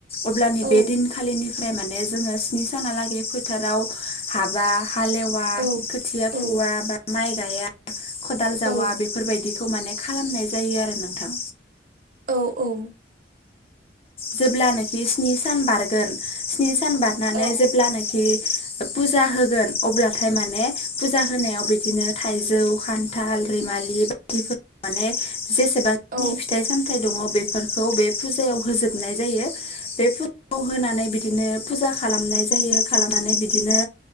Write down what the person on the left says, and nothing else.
अब्लानि
बे दिनखालिनि ओमफ्राय माने जोङो स्नि सानालागै फोथाराव हाबा। हालेवा
खोथिया
फुवा बा माइ गाया खदाल जावा
बेफोरबायदिखौ माने खालामनाय जायो आरो नोंथां
जेब्लानाखि स्नि सान बारगोन स्नि सान बारनानै
जेब्लानाखि फुजा होगोन अब्लाथाय माने फुजा होनायाव बिदिनो थाइजौ खान्थाल रैमालि माने जेसेबांखिनि
फिथाइ सामथाइ दङ बेफोरखौ बे फुजायाव होजोब फबनाय जायो बे फुजाखौ होनानै बिदिनो फुजा खालामनाय जायो खालामनानै बिदिनो